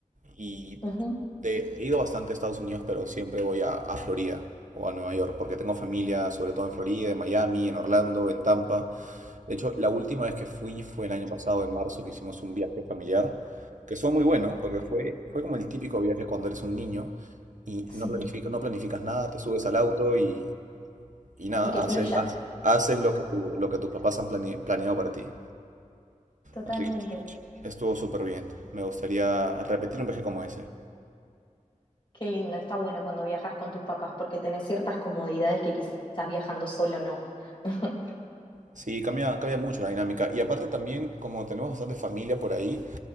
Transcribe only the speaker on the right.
Y
de- he ido bastante a Estados Unidos, pero siempre voy a, a Florida o a Nueva York, porque tengo familia, sobre todo en Florida, en Miami, en Orlando, en Tampa. De hecho, la última vez que fui fue el año pasado, en marzo, que hicimos un viaje familiar, que estuvo muy bueno, porque fue, fue como el típico viaje cuando eres un niño y
no planifica- no planificas nada, te subes al auto y, y nada,
haces, ha- haces lo que tu- lo que tus papás han plane- planeado para ti.
Así que estuvo súper bien. Me gustaría repetir un viaje como ese.
Sí, cambia, cambia mucho la dinámica. Y aparte también, como tenemos bastante familia por ahí,